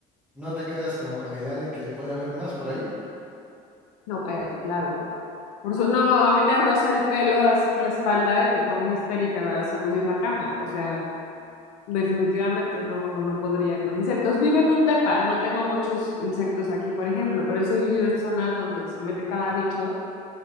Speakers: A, in the centre; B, on the left.
A: ¿No te quedas como con la idea de que puede haber más por ahí?
B: No, cállate, claro. Por su... No, a mí me roza el pelo así la espalda y me pongo histérica a sacudir la cama. O sea, definitivamente no, no, no podría con insectos. Vivo en un depa, no tengo muchos insectos aquí, por ejemplo, pero sí he vivido en zonas donde se mete cada bicho